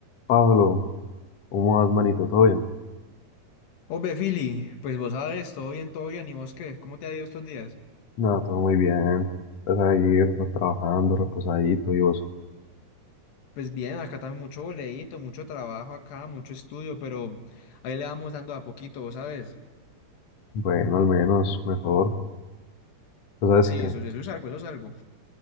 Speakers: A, on the left (about 55°); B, on the left (about 75°).
A: Pablo, ¿cómo vas, manito? ¿Todo bien?
B: Obe, Fili, pues vos sabes, todo bien, todo bien, ¿y vos qué? ¿Cómo te ha ido estos días?
A: Nada, todo muy bien. Pues ahí, pues, trabajando, reposadito y vos.
B: Pues bien, acá también mucho boleíto, mucho trabajo acá, mucho estudio, pero ahí le vamos dando a poquito, vos sabes.
A: Bueno, al menos, mejor. Pues sabes
B: Sí,
A: que
B: eso, eso es algo, eso es algo.